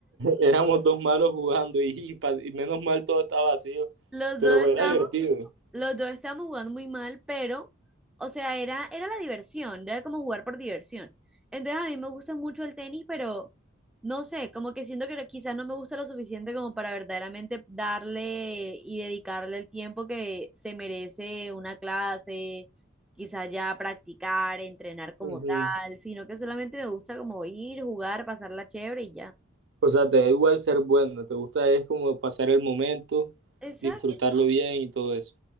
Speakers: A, on the right; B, in the centre.
A: Éramos dos malos jugando y, y pa- y menos mal todo estaba vacío,
B: Los
A: pero
B: dos estábamos,
A: era divertido.
B: los dos estábamos jugando muy mal, pero, o sea, era, era la diversión, era como jugar por diversión. Entonces a mí me gusta mucho el tenis, pero no sé, como que siento que no, quizás no me gusta lo suficiente como para verdaderamente darle y dedicarle el tiempo que se merece una clase, quizás ya practicar, entrenar como
A: Ujú.
B: tal, sino que solamente me gusta como ir, jugar, pasarla chévere y
A: O sea, te da igual ser bueno, te gusta es como pasar el momento,
B: ya.
A: disfrutarlo bien y todo eso.